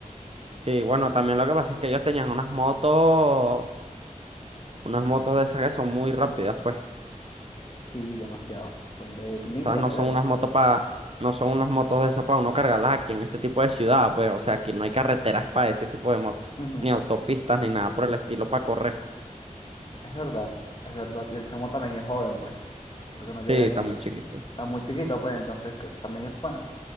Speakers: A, on the right; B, on the left.
A: Y bueno, también lo que pasa es que ellos tenían unas motos, unas motos de esas que son muy rápidas, pues.
B: Sí, demasiado. Son de ninjas,
A: O sea, no
B: creo,
A: son unas
B: no sé.
A: motos para, no son unas motos de esas para uno cargarlas aquí en este tipo de ciudad, pues. O sea, aquí no hay carreteras para ese tipo de motos,
B: Ujú.
A: ni autopistas, ni nada por el estilo para correr.
B: Es verdad, es verdad. Y el chamo también es joven, pues. Creo que no llega
A: Sí, está
B: ni a...
A: muy chiquito.
B: Está muy chiquito, pues, entonces que también es bueno.